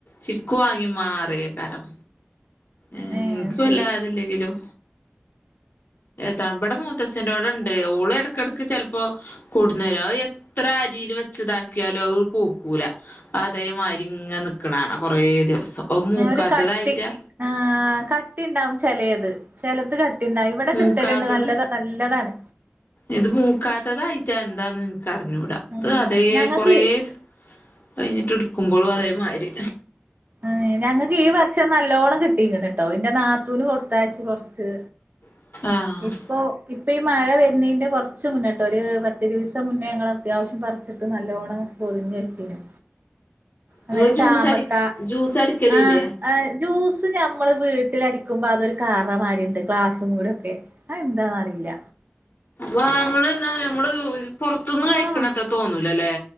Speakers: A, on the left; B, on the right.
A: ചിക്കു വാങ്ങി ഇമ്മാ ന്നറിയുക്കാരം എൻക്ക്
B: ഏഹ് ശരി
A: വല്ലാതില്ലെങ്കിലും ത വ്ടെ മൂത്ത ച്ഛെൻ്റോടെണ്ട് ഓള് എടക്കെടക്ക് ചെലപ്പോ കൊടുന്നേരും അഹ് എത്ര അരീല് വെച്ച്താക്കിയാലും അഹ് പൗക്കൂല അതേ മാരി ങ്ങ നിക്ക്ണാണ കൊറേ ദിവസം അത് മൂക്കാത്തതായിറ്റാ
B: ഒരു കട്ടി ആഹ് കട്ടിണ്ടാവും ചെലേത് ചെലത് കട്ടിണ്ടാവും ഇവടെ
A: മൂക്കാത്തത്
B: കിട്ടല്ണ്ട് നല്ലത് നല്ലതാണ്.
A: ഇത് മൂക്കാത്തതായിറ്റാ എന്താന്നെനിക്കറിഞ്ഞൂടാ
B: ആഹ്
A: ത് അതേ
B: ഞങ്ങക്ക്
A: കൊറേ ദിസ് കഴിഞ്ഞിട്ട്ട്ക്കുമ്പൊളും അതേ മാരി
B: ഏഹ് ഞങ്ങക്കീ ഈ വർഷം നല്ലോണം കിട്ടീക്ണ് ട്ടോ ഇന്റെ നാത്തൂന് കൊടുത്തയച്ചു കൊറച്ച്
A: കാണാ ആഹ്
B: ഇപ്പൊ ഇപ്പോ ഈ മഴ വരുന്നേന്റെ കൊറച്ച് മുന്നെട്ടോ ഒരു പത്തിരുവീസം മുന്നേ ഞങ്ങളാ അത്യാവശ്യം പറിച്ചിട്ട് നല്ലോണം പൊതിഞ്ഞച്ചീനി അതേമാരി
A: നിങ്ങള് ജ്യൂസ്
B: ചാമ്പക്ക
A: അടി ജ്യൂസ് അടിക്കലില്ലേ
B: ആഹ ആഹ ജൂസ് സ് ഞമ്മള് വീട്ടിലടിക്കുമ്പം അതൊരു കറ മാരിണ്ട് ഗ്ലാസ് മിലെക്കെ അത് എന്താന്നറീല്ല
A: വാങ്ങണ എന്താ നമ്മള് പൊറത്തന്ന്
B: ആഹ്
A: കഴിക്കണത്തത്ര തോന്നൂലല്ലേ